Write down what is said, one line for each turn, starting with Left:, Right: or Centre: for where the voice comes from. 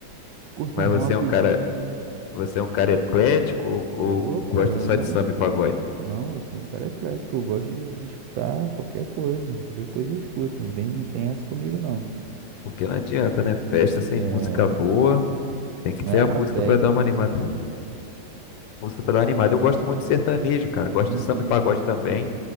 Right: curto
Left: Mas
Right: um rockzinho.
Left: você é um cara, você é um cara eclético ou,
Right: Sou,
Left: ou
Right: pô,
Left: gosta
Right: eu
Left: só
Right: não.
Left: de samba e pagode?
Right: Não, eu sou um cara eclético. Eu gosto de, de escutar qualquer coisa. Qualquer coisa eu escuto. Não tem, tem essa comigo, não.
Left: Porque não adianta, né? Festa sem
Right: É,
Left: música boa, tem que
Right: não
Left: ter
Right: é
Left: a
Right: uma
Left: música
Right: festa,
Left: pra dar uma
Right: né?
Left: animada. Música pra dar uma animada. Eu gosto muito de sertanejo, cara. Gosto
Right: Uhum,
Left: de samba e pagode também.